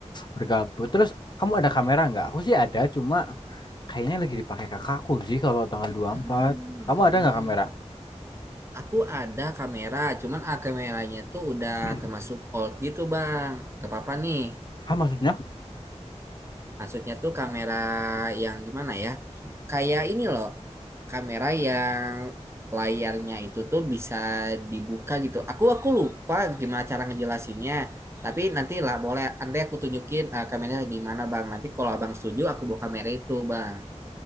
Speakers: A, on the left; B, on the right.
A: bergabung. Terus kamu ada kamera nggak? Aku sih ada, cuma kayaknya lagi dipakai kakakku sih kalau tanggal dua puluh
B: Hmm.
A: empat. Kamu ada
B: Hmm.
A: nggak kamera?
B: Aku ada kamera, cuman ah, kameranya tuh udah
A: <clears throat>
B: termasuk old gitu, Bang. Gak apa-apa nih.
A: Ah maksudnya?
B: Maksudnya tuh kamera yang gimana ya? Kayak ini loh, kamera yang layarnya itu tuh bisa dibuka gitu. Aku aku lupa gimana cara ngejelasinnya. Tapi nanti lah boleh nanti aku tunjukin eh, kameranya gimana Bang. Nanti kalau Abang setuju aku bawa kamera itu Bang.